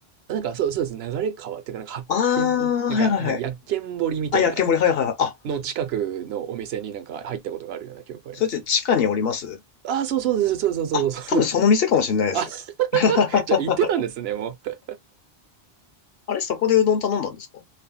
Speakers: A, on the right; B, on the left.
A: あなんかそう、そうです。流れ川っていうか、なんか発見、
B: ああー、
A: なんか、
B: はいはいはい。
A: なんか薬研堀みたいな
B: あ、焼き森、はいはいはい。あ、
A: の近くのお店になんか入ったことがあるような記憶がありますね。
B: それって地下におります
A: ああ、そうそうです。そうそうそうそうそう。
B: あ、多分その店かもしれないです。
A: <laughs> あ、
B: <laughs>
A: じゃあ行ってたんですね、もう。
B: あれ、そこでうどん頼んだんですか